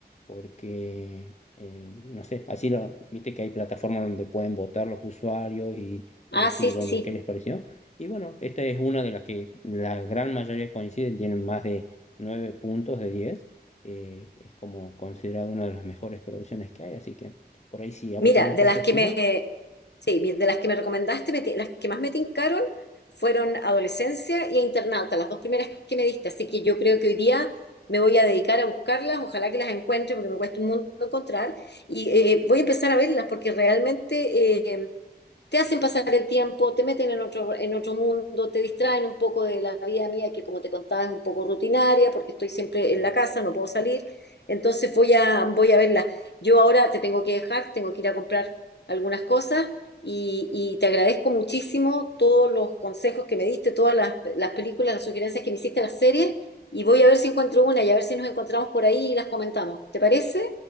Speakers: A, on the left; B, on the left.
A: porque, eh, no sé, así lo, viste que hay plataformas donde pueden votar los usuarios y, y
B: Ah,
A: decir,
B: sí, sí.
A: bueno,
B: sí.
A: ¿qué les pareció? Y bueno, esta es una de las que la gran mayoría coinciden, tienen más de nueve puntos de diez eh, es como considerada una de las mejores producciones que hay, así que por ahí si a
B: Mira,
A: vos te gusta
B: de las
A: ese estilo,
B: que me, sí, mi- de las que me recomendaste, me ti- las que más me tincaron fueron Adolescencia y Internauta, las dos primeras que me diste. Así que yo creo que hoy día me voy a dedicar a buscarlas, ojalá que las encuentre porque me cuesta un mundo encontrar. Y eh, voy a empezar a verlas porque realmente eh, te hacen pasar el tiempo, te meten en otro, en otro mundo, te distraen un poco de la vida mía, que como te contaba es un poco rutinaria, porque estoy siempre
A: ujú,
B: en la casa, no puedo salir. Entonces voy a, voy a verla. Yo ahora te tengo que dejar, tengo que ir a comprar algunas cosas y, y te agradezco muchísimo todos los consejos que me diste, todas las, las películas, las sugerencias que me hiciste, las series, y voy a ver si encuentro una y a ver si nos encontramos por ahí y las comentamos. ¿Te parece?